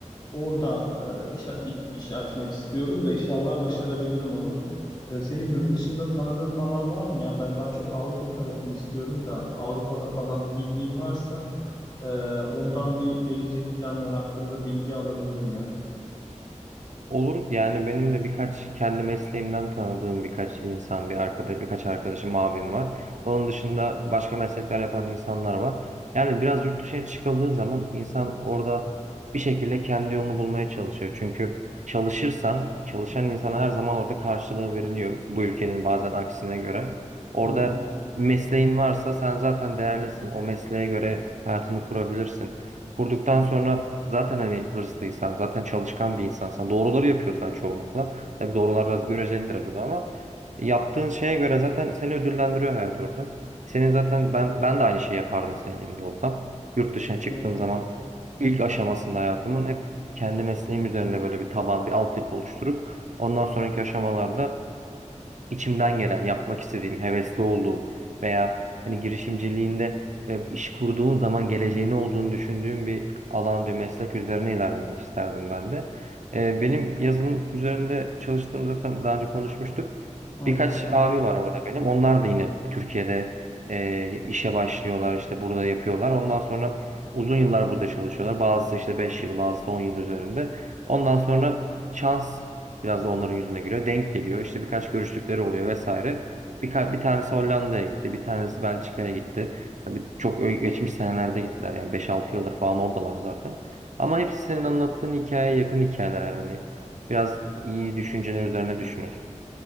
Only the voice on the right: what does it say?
Olur yani benim de birkaç kendi mesleğimden tanıdığım birkaç insan, bir arkadaş, birkaç arkadaşım, abim var. Onun dışında başka meslekler yapan insanlar var. Yani biraz yurt dışına çıkıldığı zaman insan orada bir şekilde kendi yolunu bulmaya çalışıyor. Çünkü çalışırsan, çalışan insana her zaman orada karşılığı veriliyor. Bu ülkenin bazen aksine göre. Orada
mesleğin varsa sen zaten değerlisin. O mesleğe göre hayatını kurabilirsin. Kurduktan sonra zaten hani hırslıysan, zaten çalışkan bir insansan, doğruları yapıyorsan çoğunlukla. Tabii doğrular biraz görecelidir burada ama yaptığın şeye göre zaten seni ödüllendiriyor hayat orada. Senin zaten ben ben de aynı şeyi yapardım senin yerinde olsam. Yurt dışına çıktığım
zaman ilk aşamasında hayatımın hep kendi mesleğim üzerine böyle bir taban, bir altyapı oluşturup ondan sonraki aşamalarda içimden gelen, yapmak istediğim, hevesli olduğum veya hani girişimciliğinde ve iş kurduğun zaman geleceğini olduğunu düşündüğüm bir alan, bir meslek üzerine ilerlemek isterdim ben de. Ee, benim yazılım üzerinde çalıştığım zaten daha önce konuşmuştuk.
Birkaç abi var orada benim. Onlar da yine Türkiye'de e, işe başlıyorlar, işte burada yapıyorlar. Ondan sonra uzun yıllar burada çalışıyorlar. Bazısı işte 5 yıl, bazısı 10 yıl üzerinde. Ondan sonra şans Biraz da onların yüzüne gülüyor. Denk geliyor. İşte birkaç görüştükleri oluyor vesaire. Birka bir tanesi Hollanda'ya gitti. Bir tanesi Belçika'ya gitti. Tabii çok ö- geçmiş senelerde gittiler. Yani beş altı yıldır falan oradalar zaten. Ama hepsi senin anlattığın hikayeye yakın hikayeler yani. Hani Biraz iyi düşünceler üzerine düşünüyorsun.